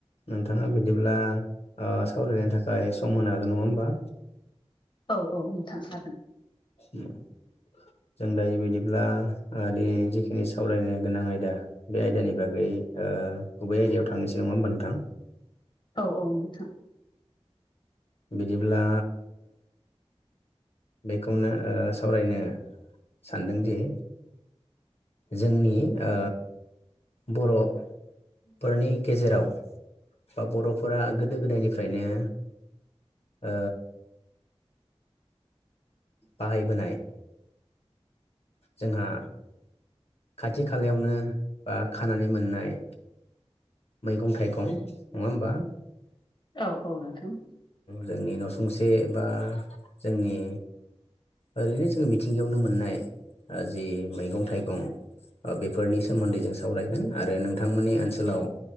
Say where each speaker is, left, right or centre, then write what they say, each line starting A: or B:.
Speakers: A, on the left; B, on the left.
A: नोंथाङा बिदिब्ला ओ सावरायनायनि थाखाय सम होनो हागोन नङा होमबा
B: औ औ नोंथांखागोन
A: <inaudible> जों दायोबायदिब्ला <unintelligible> जिखिनि सावरायनो गोनां आयदा बे आयदानि बागै ओ गुबै आयदायाव थांनोसो नङा होमबा नोंथां
B: औ औ नोंथां
A: बिदिब्ला बेखौनो सावरायनो सानदोंदि जोंनि ओ बर' फोरनि गेजेराव बा बर'फोरा गोदो गोदायनिफ्रायनो ओ बाहायबोनाय जोंहा खाथि खालायावनो बा खानानै मोननाय मैगं थाइगं नङा होमबा
B: औ औ नोंथां
A: जोंनि न' सुंसे बा जोंनि ओरैनो जोङो मिथिंगायावनो मोननाय जि मैगं थाइगं बेफोरनि सोमोन्दै जों सावरायगोन आरो नोंथांमोननि ओनसोलाव